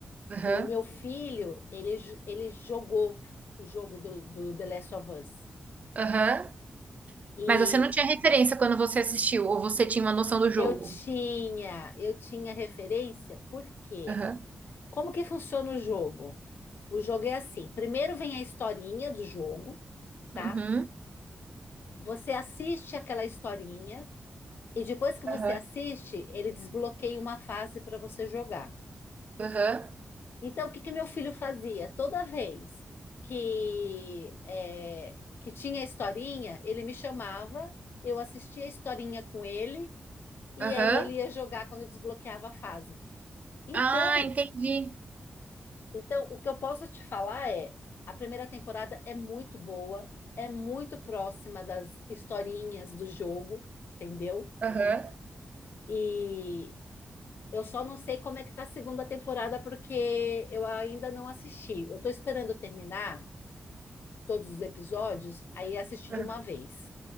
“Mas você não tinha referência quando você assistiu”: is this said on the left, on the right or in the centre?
Right